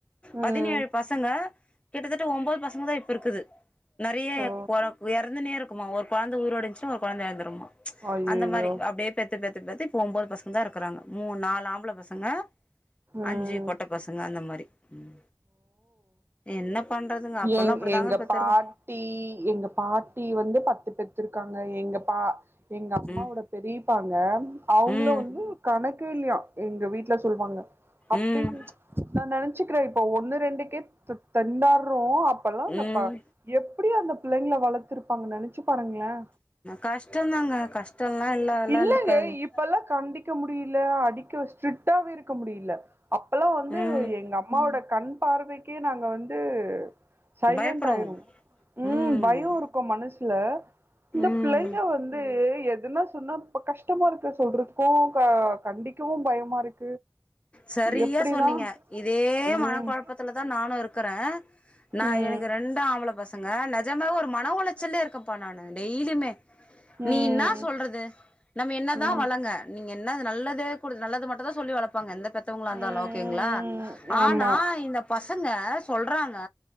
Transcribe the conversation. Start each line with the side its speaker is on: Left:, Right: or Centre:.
Right: ம்
Left: பதினேழு பசங்க கிட்டதட்ட ஒம்போது பசங்க தான் இப்ப இருக்குது நிறைய
Right: ஓ
Left: இறந்துனே இருக்குமா ஒரு குழந்தை உயிரோடு இருந்துச்சுனா ஒரு குழந்த இறந்துடுமா
Right: அய்யய்யோ
Left: அந்த மாதிரி அப்படியே பெத்து பெத்து <unintelligible> ஒம்போது பசங்க தான் இருக்குறாங்க மூண் நாலு ஆம்பள பசங்க
Right: ம்
Left: அஞ்சி பொட்ட பசங்க அந்த மாரி உம் என்ன பண்றதுங்க அப்பல்லா
Right: எங்
Left: அப்டிதாங்க
Right: எங்க
Left: பெத்துருக்க
Right: பாட்டி எங்க பாட்டி வந்து பத்து பெத்துருக்கு இருக்காங்க எங்கப்பா எங்க அம்மாவோட
Left: ம்
Right: பெரிப் பாங்க அவங்களும்
Left: ம்
Right: வந்து கணக்க இல்லையா எங்க வீட்டு சொல்லுவாங்க அப்டின்
Left: ம்
Right: நான் நினைச்சக்கிற இப்போ ஒன் ஒன்றுு ரண்டுக்கு தென்னார் ஓ அப்பல்லாம்
Left: ம்
Right: அ எப்டி அந்த பிள்ளைங்க ல வளர்த்துருபாங்க நெனச்சு பாருங்களேன்
Left: கஷ்டம்தாங்க கஷ்டம் இல்லாதெல்லா
Right: இல்லங்க
Left: இருக்காதுங்க
Right: இப்பல்லா கண்டிக்க முடியல அடிக்க ஸ்ட்ரிக்டாவே இருக்க முடியல அப்பெல்லாம் வந்து
Left: ம்
Right: எங்க அம்மாவோட கண் பார்வைக்கே நாங்க வந்து அந்து சைலென்ட்
Left: பயப்படுவோ
Right: ஆய்ரும் உம்
Left: ம்
Right: பயோ இருக்கோ மனசுல இந்த
Left: ம்
Right: பிள்ளைங்க வந்து எ இதெல்லா சொன்னா இப்ப கஷ்டமா இருக்கு சொல்றதுக்கோ கண்டிக்கவு பயமா இருக்கு
Left: சரியா
Right: எப்டின்னா?
Left: சொன்னீங்க இதே
Right: ம்.
Left: மன குழப்பத்துல தான் நானும் இருக்கறேன் நான்
Right: ம்.
Left: எனக்கு ரெண்ட ஆம்பளை பச நாங்க நஜம ஒரு மன உளைச்சல்லே இருக்கப்பா நான்னு டெய்லியுமே நீ
Right: ம்.
Left: இனா சொல்றது நம்ம என்னதா
Right: ம்.
Left: வளங்க நீங்க என்ன நல்லதே கொடு நல்லது மட்டுதா சொல்ல வள்ப்பங்க எந்த பத்தவங்களா இருந்தாலும்
Right: ம்.
Left: ஓகேங்களா
Right: ஆமா.
Left: ஆனா இந்த பசங்க சொல்றாங்க